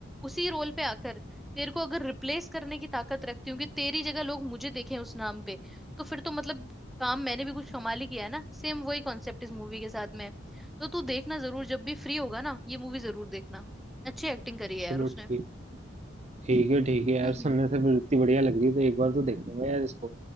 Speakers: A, in the centre; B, on the right.
A: उसी रोल पे आकर तेरे को अगर रिप्लेस करने की ताकत रखती हूँ कि तेरी जगह लोग मुझे देखें उस नाम पे तो फिर तो मतलब काम मैंने भी कुछ कमाल ही किया है ना सेम वही कॉन्सेप्ट इस मूवी के साथ में है तो तू देखना जरूर जब भी फ्री होगा ना ये मूवी जरूर देखना अच्छी एक्टिंग करी है
B: चलो
A: यार उसने
B: ठीक ठीक है ठीक है यार
A: हम्म
B: सुनने
A: हम्म
B: से फिर इतनी बढ़िया लग रही है तो एक बार तो देखूंगा यार इसको